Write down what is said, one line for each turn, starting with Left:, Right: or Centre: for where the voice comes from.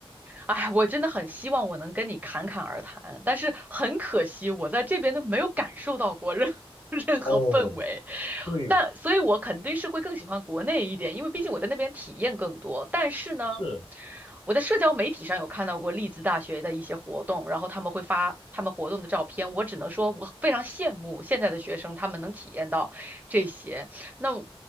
Right: 哎，我真的很希望我能跟你侃侃而谈，但是很可惜，我在这边都没有感受到过任 <laughs> 任何氛围。
Left: 哦，对，
Right: 但所以，我肯定是会更喜欢国内一点，因为毕竟我在那边体验更多。但是呢，
Left: 是，
Right: 我在社交媒体上有看到过利兹大学的一些活动，然后他们会发他们活动的照片，我只能说我非常羡慕现在的学生，他们能体验到这些。那我